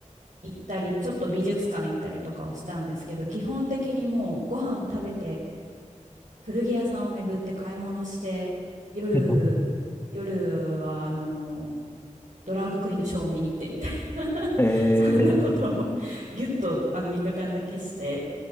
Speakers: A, on the right; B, on the left.
A: 行ったり、ちょっと美術館行ったりとかはしたんですけど、基本的にもうご飯食べて、古着屋さんを巡って買い物して、夜、
B: <laughs>
A: 夜はあの、ドラァグクイーンのショーを見に行ってみたいな、<laughs>
B: ええ
A: そんなことをぎゅっとあの3日間だけして、